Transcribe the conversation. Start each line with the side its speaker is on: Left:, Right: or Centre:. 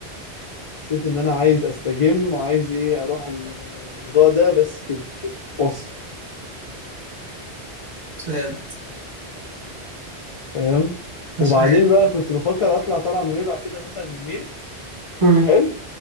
Left: حسيت إن أنا عايز أستجم وعايز إيه أروح الموضوع ده بس كده وأفصل
Right: ساد.
Left: فاهم
Right: مش
Left: وبعدين
Right: عارف
Left: بقى كنت بفكر أطلع طلعة نويبع كده مثلا يومين
Right: مم.
Left: حلو